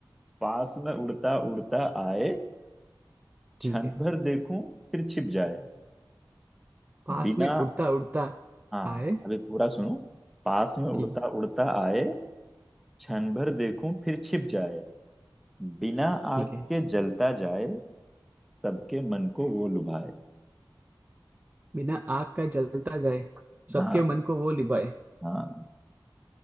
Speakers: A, in the centre; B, on the right (about 20°).
A: पास में उड़ता उड़ता आए क्षण
B: ठीक है
A: भर देखूं फिर छिप जाए
B: पास
A: बिना
B: में उड़ता उड़ता
A: हाँ
B: आए
A: अभी पूरा सुनो पास में उड़ता
B: ठीक है
A: उड़ता आए क्षण भर देखूं फिर छिप जाए बिना
B: ठीक
A: आग
B: है
A: के जलता जाए सबके मन को वो लुभाए
B: बिना आग का जलता जाए सबके
A: हाँ
B: मन को वो लिभाए
A: हाँ